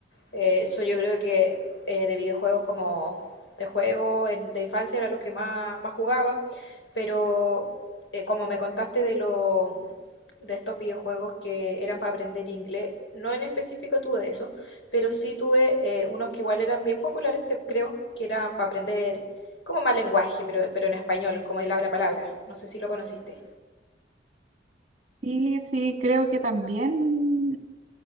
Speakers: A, on the left; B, on the right.
A: Eh, eso yo creo que eh, de videojuegos como de juego en- de infancia era los que más, más jugaba, pero eh, como me contaste de lo, de estos videojuegos que eran para aprender inglés, no en específico tuve de eso, pero sí tuve eh, unos que igual eran bien populares, se- creo, que eran para aprender como más lenguaje, pero, pero en español, como el abra palabra. No sé si lo conociste.
B: Y sí, creo que también